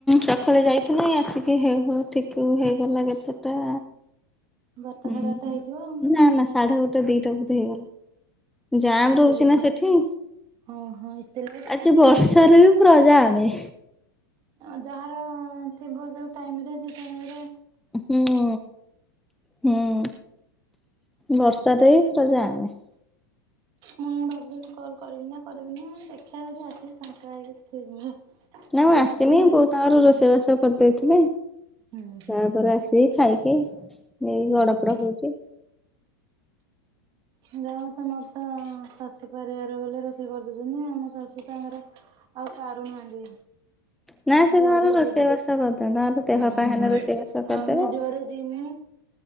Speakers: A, in the centre; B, on the right.
A: ସକାଳ ଯାଇଥିଲି ଆସିକି ହେଉ ହେଉ ଟିକେ ହେଇଗଲା କେତଟା।
B: ବାରଟା
A: ହୁଁ
B: ସାଢେ ବାରଟା ହେଇଥିବ ଆଉ।
A: ନା ନା ସାଢେ ଗୋଟେ ଦିଟା ବୋଧେ ହେଇଗଲା। ଜାମ୍
B: ଏତେ
A: ରହୁଛି
B: ଲେ
A: ନା ସେଠି
B: ହଁ ହଁ ଏତେ ଲେଟ୍?
A: ଆଜି ବର୍ଷାରେ ବି ପୁରା ଜାମେ।
B: ଆ ଯାହାର ଥିବ ଯୋଉ ଟାଇମରେ ସେ ଟାଇମରେ
A: ହୁଁ ହୁଁ ବର୍ଷାରେ ପୁରା ଯାମ।
B: ମୁଁ ଭାବୁଥିଲି କଲ କରିବି ନା କରିବିନି ଦେଖିବା ଯଦି ଆସିକି ପାଙ୍କା ହେଇକି କରିଦେମି
A: ନା ମୁଁ ଆସିନି
B: ନହେଲେ ନାଇଁ
A: ବୋଉ ତାଙ୍କର
B: ହୁଁ
A: ରୋଷେଇ ବାସ ସବୁ କରିଦେଇଥିଲେ
B: ହୁଁ ହୁଁ।
A: ତାପରେ ଆସିକି ଖାଇକି ଏଇ ଗଡ
B: ହଁ
A: ପଡ ହଉଛି।
B: ଯାହଉ ତମରତ ଶାଶୁ ପରିବାର ବୋଲେ ରୋଷେଇ କରିଦେଉଛନ୍ତି ଆମ ଶାଶୁ ଆମର ଆଉ ପାରୁନାହାଁନ୍ତି।
A: ନା ସେ
B: ଯୁଆଡେ
A: ତାଙ୍କର ରୋଷେଇବାସ
B: ଯିବୁ
A: କରିଦିଅନ୍ତି ତାଙ୍କର ଦେହ
B: ହୁଁ
A: ପା ହେଲେ ରୋଷେଇବାସ କରିଦେବେ
B: ଆମେ ଯୁଆଡେ ଯିମୁ